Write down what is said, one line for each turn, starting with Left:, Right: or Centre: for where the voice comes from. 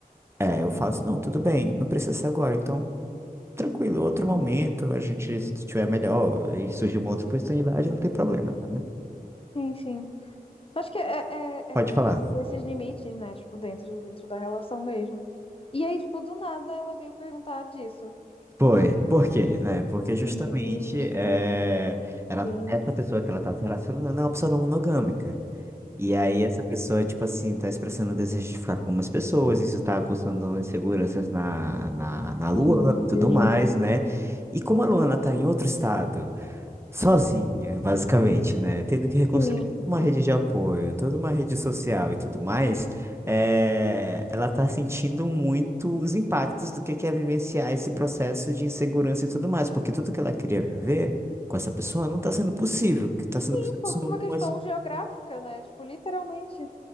Right: É, eu falo assim, não, tudo bem, não precisa ser agora, então, tranquilo, outro momento, a gente, se tiver melhor e surgir uma outra oportunidade, não tem problema, tá, né?
Left: Sim, sim. Acho que é, é,
Right: Pode falar.
Left: é, tipo, esses limites, né? Tipo, dentro, dentro da relação mesmo. E aí, tipo, do nada ela veio perguntar disso.
Right: Foi. Por quê, né? Porque justamente
Left: Meu
Right: é,
Left: Deus.
Right: ela,
Left: Ih,
Right: essa pessoa que ela tá se relacionando é uma pessoa não monogâmica. E aí essa pessoa, tipo assim, tá expressando o desejo de ficar com umas pessoas, isso tá causando inseguranças na, na, na
Left: Oh,
Right: Luana
Left: meu
Right: e tudo
Left: Deus.
Right: mais, né? E como a Luana tá em outro estado, sozinha, basicamente, né? Tendo que reconstruir
Left: Sim.
Right: toda uma rede de apoio, toda uma rede social e tudo mais, eh, ela tá sentindo muito os impactos do que que é vivenciar esse processo de insegurança e tudo mais, porque tudo que ela queria viver com essa pessoa não tá sendo possível. O que tá sendo
Left: E
Right: possível
Left: por
Right: são algumas
Left: uma questão geográfica, né? Tipo, literalmente.